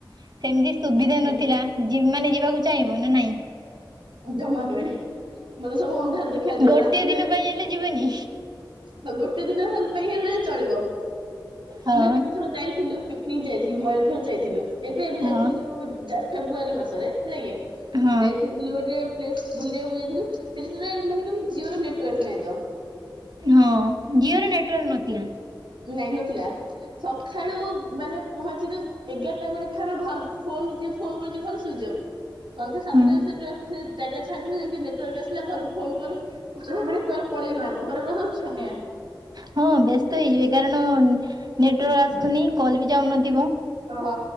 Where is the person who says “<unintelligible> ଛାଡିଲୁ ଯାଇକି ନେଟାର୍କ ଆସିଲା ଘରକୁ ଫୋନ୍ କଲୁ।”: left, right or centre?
Right